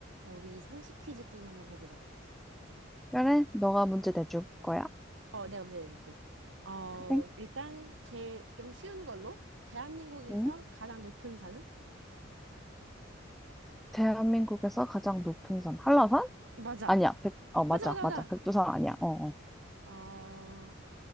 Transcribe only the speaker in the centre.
그래, 너가 문제 내줄 거야.
그래?
응?
대한민국에서 가장 높은 산, 한라산?
아니야, 백, 어, 맞아,
맞아. 백두산 아니야. 어, 어.